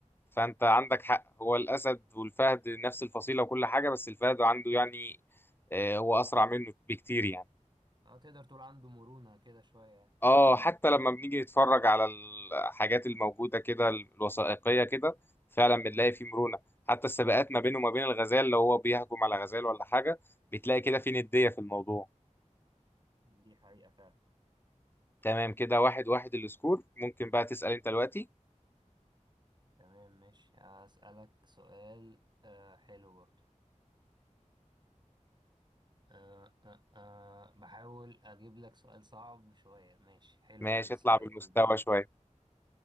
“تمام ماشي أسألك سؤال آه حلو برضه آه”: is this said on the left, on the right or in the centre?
Right